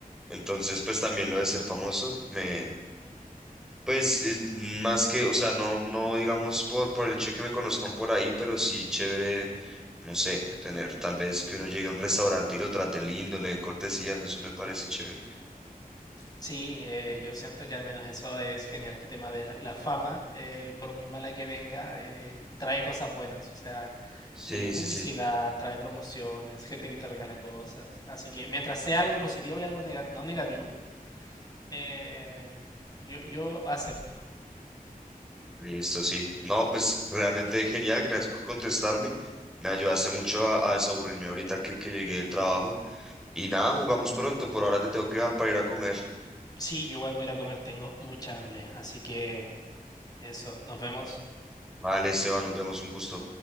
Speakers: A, in the centre; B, on the left.
A: Entonces, pues también lo de ser famoso me, pues es más que, o sea, no, no digamos por, por el hecho de que me conozcan por ahí, pero sí chévere, no sé, tener tal vez que uno llegue a un restaurante y lo trate lindo, le den cortesías, eso me parece chévere.
B: Sí, eh, yo siento que al menos eso es genial. El tema de la, la fama, eh, por muy mala que venga, eh, trae cosas buenas. O sea,
A: Sí,
B: eh, publicidad,
A: sí, sí.
B: trae promociones, gente que te regala cosas. Así que mientras sea algo positivo y algo nega- no negativo, eh, yo, yo acepto.
A: Listo, sí. No, pues realmente genial, gracias por contestarme. Me ayudaste mucho a, a desaburrirme ahorita que, que llegué del trabajo. Y nada, jugamos pronto. Por ahora te tengo que dar para ir a comer.
B: Sí, yo igual voy a ir a comer, tengo mucha hambre. Así que eso, nos vemos.
A: Vale, Esteban, nos vemos, un gusto.